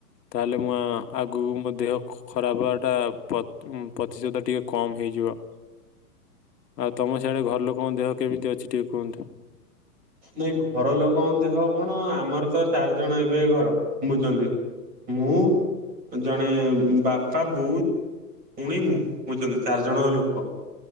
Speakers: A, on the left; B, on the right.
A: ତାହେଲେ ମୁଁ ଆଗ ମୋ ଦେହ ଖରାପ ହେବାଟା ପ-ପ୍ରତିଶତ ଟିକେ କମ ହେଇଯିବ। ଆଉ ତମ ସିଆଡେ ଘର ଲୋକଙ୍କ ଦେହ କେମିତି ଅଛି ଟିକେ କୁହନ୍ତୁ?
B: ନାଇଁ ଘର ଲୋକ ଦେହ କଣ ଆମର ତ ଚାରି ଜଣ ଏବେ ଘର ବୁଝଛନ୍ତି ମୁଁ ଜଣେ ବାପା ବୋଉ। ପୁଣି ମୁଁ ବୁଝୁଚନ୍ତି ଚାରି ଜଣ ଲୋକ।